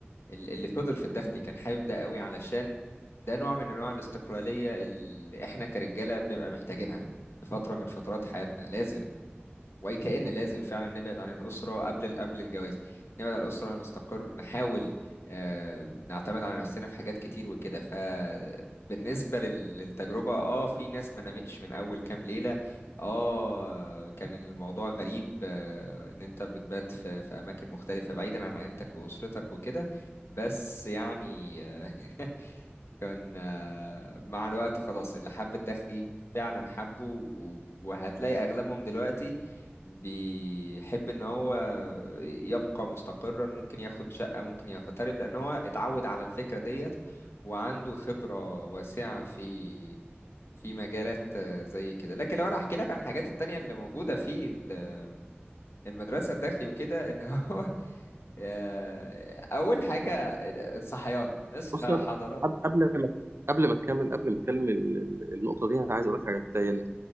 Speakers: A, on the left; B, on the right.
A: ال- اللي فضل في الدخلي كان حابب ده قوي علشان ده نوع من انواع الاستقلاليه اللي احنا كرجاله بنبقى محتاجينها في فتره من فترات حياتنا لازم وكأن لازم فعلا نبعد عن الأسرة قبل قبل الجواز نبعد عن الأسرة نستقر نحاول آه، نعتمد على نفسنا في حاجات كتير وكده فبالنسبة لل- للتجربة اه في ناس ما نامتش من أول كام ليلة اه كان الموضوع غريب آه، ان انت بتبات في في اماكن مختلفة بعيدا عن عيلتك واسرتك وكده بس يعني آه، <laughs> كان آه، مع الوقت خلاص اللي حب الداخلي فعلا حبه و- وهتلاقي أغلبهم دلوقتي بيحب إن هو يبقى مستقرا ممكن ياخد شقة ممكن يغترب لأن هو اتعود على الفكرة ديت وعنده خبرة واسعة في في مجالات آه، زي كده لكن لو انا احكي لك عن الحاجات التانية اللي موجودة في ال- المدرسة الداخلي وكده ان هو <laughs> آه، اول حاجة الصحيان اصحى
B: بص
A: يا
B: قبل
A: حضرات
B: قبل ما قبل ما تكمل قبل ما تكمل ال- ال- النقطة دي أنا عايز أقول لك حاجة أنت يعني